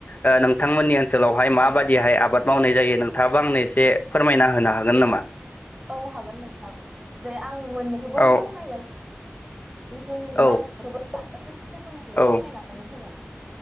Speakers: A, on the left; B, on the right.
A: ओ नोंथांमोननि ओनसोलावहाय माबादिहाय आबाद मावनाय जायो नोंथाङाबो आंनो एसे फोरमायना होनो हागोन नामा?
B: औ हागोन नोंथां जे आं मोननैखौबो
A: औ
B: फोरमायगोन जोंनि
A: औ
B: माइखौबो खोथिया फोनायखौबो
A: औ
B: फोरमायनानै होगोन।